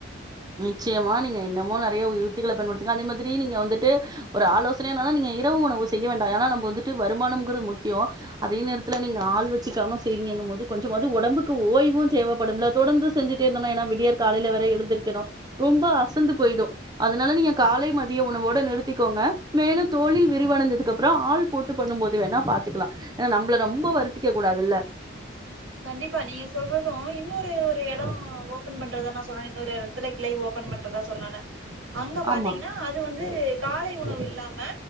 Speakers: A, on the right; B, on the right.
A: நிச்சயமா நீங்க என்னமோ நெறைய உத்திகள பயன்படுத்துங்க அதே மாரி நீங்க வந்துட்டு ஒரு ஆலோச னைனால நீங்க இரவு உணவு செய்ய வேண் ஆனா நம்ம வந்துட்டு வருமானம்கறது முக்கியோ அதே நேரத்தில நீங்க ஆள் வச்சுக்காம செய்ரிங்கனும் போது கொஞ்சமாது ஒ ஒடம்புக்கு ஓய்வு தேவைப்படும்ல தொடர்ந்து செஞ்சுட்டே இருந்தோம்னா ஏன்னா விடியர் காலையில வ எழுந்திருக்கணு ரொம்ப அசந்து போயிடும் அதனால நீங்க காலை மதிய உணவோட நிறுத்திக்கோங்க மேலும் தோழி விரிவானந்ததுக்கு அப்புறமஆள் போட்டு பண்ணும் போது வேணா பாத்துக்கலா ஏன்னா நம்மள ரொம்ப வருத்திக்க கூடாதுல்ல
B: கண்டிப்பா நீங்க சொல்றது இன்னொரு ஒரு எட ஓபன் பண்றத நா சொன்னே இன்னொரு எடத்துல கிளை ஓ ப்பன் பண்றதா சொன்ன அங்க பாத்தீங்கன்னா
A: ஆமா.
B: அது வந்து காலை உணவு இல்லாம